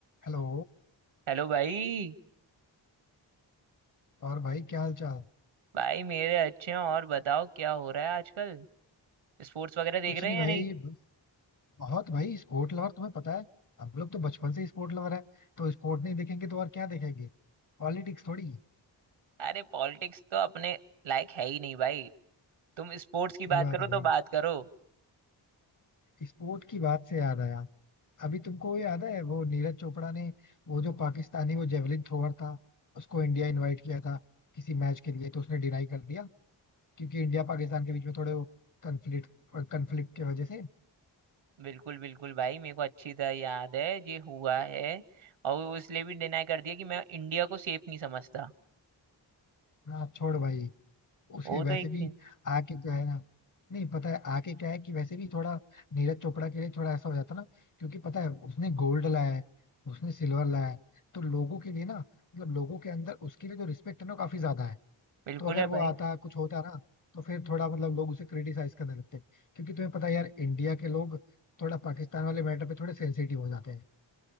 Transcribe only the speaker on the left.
Hello
और भाई क्या हाल चाल
कुछ
नहीं
भाई
बस बहुत भाई स्पोर्ट लवर तुम्हें पता है हम लोग तो बचपन से ही स्पोर्ट लवर है तो स्पोर्ट नहीं देखेंगे तो और क्या देखेंगे पॉलिटिक्स थोड़ी
सही
बात
है भाई
स्पोर्ट की बात से याद आया अभी तुमको वो याद है वो नीरज चोपड़ा ने वो जो पाकिस्तानी वो जेवलिन थ्रोअर था उसको इंडिया इनवाइट किया था किसी मैच के लिए तो उसने डिनाई कर दिया क्योंकि इंडिया पाकिस्तान के बीच में थोड़े वो कन्फ्लिक्ट कन्फ्लिक्ट की वजह से
हाँ छोड़ भाई उसे
वैसे
भी
आके जो है ना नहीं पता है आके क्या है कि वैसे भी थोड़ा नीरज चोपड़ा के लिए थोड़ा ऐसा हो जाता ना क्योंकि पता है उसने गोल्ड लाया है उसने सिल्वर लाया है तो लोगों के लिए ना मतलब लोगों के अंदर उसके लिए जो रिस्पेक्ट है ना वो काफी ज्यादा है
तो अगर
वो
आता कुछ होता ना तो फिर थोड़ा मतलब लोग उसे क्रिटिसाइज करने लगते हैं क्योंकि तुम्हें पता है यार इंडिया के लोग थोड़ा पाकिस्तान वाले मैटर पे थोड़े सेंसिटिव हो जाते हैं